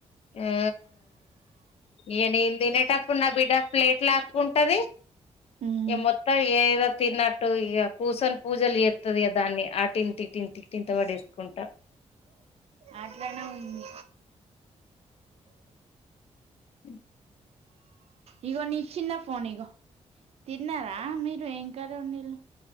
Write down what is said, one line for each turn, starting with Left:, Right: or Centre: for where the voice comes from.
Left: ఆ ఏ నెన్ తినేటప్పుడు నా బిడ్డ ప్లేట్లు లాగ్ ఉంటది
Right: ఉమ్
Left: ఇ మొత్తం ఏదో తిన్నట్టు ఇక కూర్చొని పూజలు చేస్తుది దాన్ని ఆటింటి థిటిన్ తా వాడేసుకుంటా
Right: అట్లానే ఉంది
Left: ఉ
Right: ఇగో నీ ఇ చిన ఫోన్ ఇగో తిన్నారా మీరు ఏం కర్రీ వాండిఇన్లే